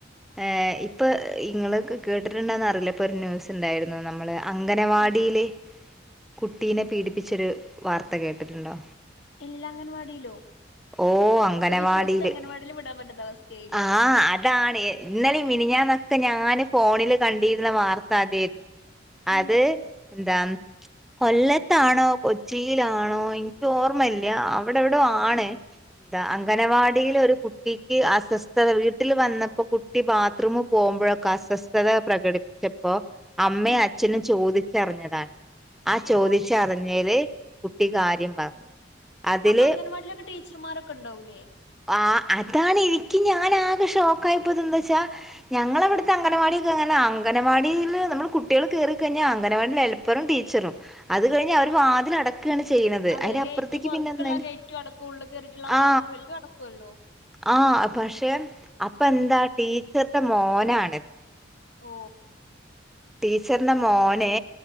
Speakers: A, in the centre; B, on the left.
A: ഏഹ് ഇപ്പൊ ഇങ്ങള് കേട്ടിട്ടുണ്ടന്ന് അറിയില്ല ഇപ്പൊ ഒരു ന്യൂസ് ഉണ്ടായിരുന്നു. നമ്മള് അംഗനവാടിയില്
B: ഉം
A: കുട്ടീനെ പീഡിപ്പിച്ചൊരു വാർത്ത കേട്ടിട്ടുണ്ടോ?
B: ഇല്ല അംഗൻവാടിയിലോ?
A: ഓഹ് അംഗനവാടിയില്
B: ഇപ്പൊ വിശ്വസിച്ച അംഗൻവാടിയിലും വിടാൻ പറ്റത്ത അവസ്ഥയായില്ലേ.
A: ആഹ് അതാണ് ഇന്നലും മിനഞ്ഞന്നൊക്കെ ഞാന് ഫോണില് കണ്ടിരുന്ന വാർത്ത അതെര്ന്നു. അത്
B: ഉം
A: എന്താ കൊല്ലത്താണോ കൊച്ചിയിലാണോ ഇൻക്ക് ഓർമ്മയില്ല. ഇവടെ എവിടോ
B: ഉം
A: ആണ്. എന്താ അംഗനവാടിൽ ഒരു കുട്ടിക്ക് അസ്വസ്ഥത. വീട്ടിൽ വന്നപ്പോ കുട്ടി ബാത്റൂം പോ പോകുമ്പോഴൊക്കെ അസ്വസ്ഥത പ്രകടിപ്പിച്ചപ്പോ അമ്മയും
B: ഉം
A: അച്ഛനും ചോദിച്ചറിഞ്ഞതാ. ആ ചോദിച്ചറിഞ്ഞേല്
B: ഓ
A: കുട്ടി കാര്യം പറഞ്ഞു. അതില്
B: അപ്പൊ അംഗൻവാടിലൊക്കെ ടീച്ചർമാരൊക്കെ ഉണ്ടാവൂല്ലേ?
A: ആ അതാണ് എനിക്ക് ഞാൻ ആകെ ഷോക്ക ആപ്പോത് എന്താ വെച്ചാ ഞങ്ങള
B: ഉം
A: അവിടുത്തെ അങ്കൻവാടി അങ്ങനെ അംഗനവാടിൽ നമ്മൾ കുട്ടികൾക്ക് ക കഴിഞ്ഞൽ അങ്കനവാെ ഹെപ്പറ ടീച്ചറും അത് കഴിഞ്ഞ അവ വാതിട ാണ് ചെയ്യുന്നത്
B: അതെ
A: അതിന്റെ
B: ഗേറ്റ്
A: അപ്പുറത്തേക്ക്
B: പുറത്തേക്കുള്ള
A: പിന്നെ എന്ത
B: ഗേറ്റും അടക്കും ഉള്ളിൽ കേറിയിട്ടുള്ള
A: ആ
B: വാതിലും എല്ലാം അടക്കുവല്ലോ
A: ആഹ പക്ഷെ അപ്പൊ എന്താ ടീച്ചർത്തെ മോനാണിത്
B: ഓ
A: തീ <unintelligible> ീച്ചറിന്റെ മോനെ